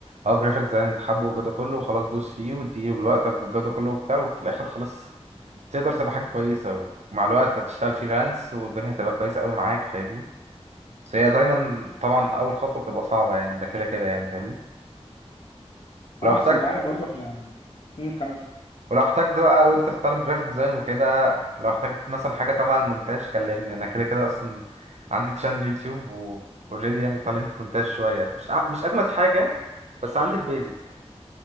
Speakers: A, on the right; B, on the left.
A: اه جرافيك ديزاين انت حابه وجوده كله وخلاص دوس فيه واديه لوقتك والجوده كله وبتاع وفي الاخر خلاص تقدر تبقى حاجه كويسه ومع الوقت هتشتغل فريلانس والدنيا هتبقى كويسه قوي معاك فاهمني بس هي دايما طبعا اول خطوه بتبقى صعبه يعني ده كده كده يعني فاهمني لو
B: اه
A: احتجت
B: بس أنت عارف برضو إحنا نكمل
A: ولو احتجت بقى وانت بتتعلم جرافيك ديزاين وكده لو احتجت مثلا حاجه تبع المونتاج كلمني انا كده كده اصلا عندي تشانل يوتيوب واوريدي يعني اتعلمت مونتاج شويه مش أع- مش اجمد حاجه بس عندي البيزكس